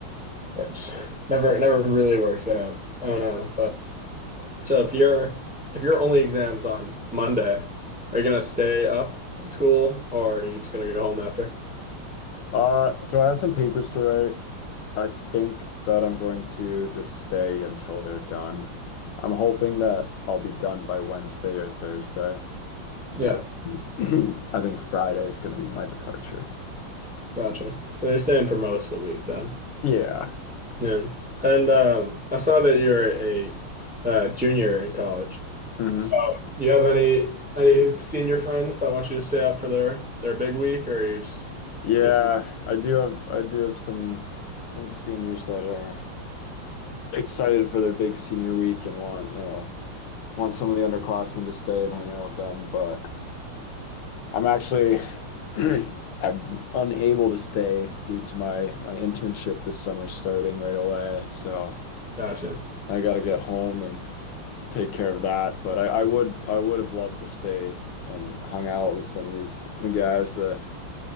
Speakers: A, in the centre; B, on the left.
A: It's never never really works out. I don't
B: Yeah.
A: know. But So if your if your only exam's on Monday, are you gonna stay up at school or are you just gonna go home after?
B: Uh, so I have some papers to write. I think that I'm going to just stay until they're done. I'm hoping that I'll be done by Wednesday or Thursday.
A: yeah,
B: And <clears throat> I think Friday is going to be my departure.
A: gotcha. So you're staying for most of the week then.
B: Yeah.
A: Yeah. And um, I saw that you're a uh, junior in college.
B: hmm
A: So you have any any senior friends that want you to stay up for their their big week or you just
B: Yeah,
A: you
B: I do have I do have some some seniors that are excited for their big senior week and want uh, want some of the underclassmen to stay and hang out with them. But I'm actually <clears throat> I'm unable to stay due to my my internship this summer starting right away. So
A: Gotcha.
B: I got to get home and take care of that. But I, I would I would have loved to stay and hung out with some of these guys that